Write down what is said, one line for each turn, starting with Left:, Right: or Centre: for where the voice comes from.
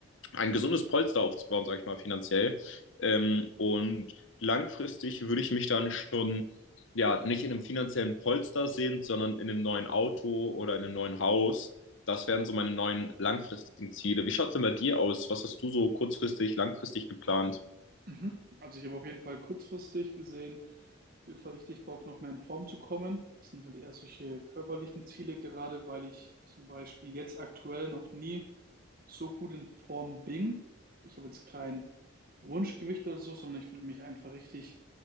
Left: ein gesundes Polster aufzubauen, sage ich mal, finanziell. Ähm, und langfristig würde ich mich dann schon ja nicht in einem finanziellen Polster sehen, sondern in einem neuen Auto oder in einem neuen Haus. Das wären so meine neuen langfristigen Ziele. Wie schaut's denn bei dir aus? Was hast du so kurzfristig, langfristig geplant?
Right: Mhm. Also ich habe auf jeden Fall kurzfristig gesehen, auf jeden Fall richtig Bock, noch mehr in Form zu kommen. Das sind halt eher solche körperlichen Ziele, gerade weil ich zum Beispiel jetzt aktuell noch nie so gut in Form bin. Ich habe jetzt kein Wunschgewicht oder so, sondern ich will mich einfach richtig,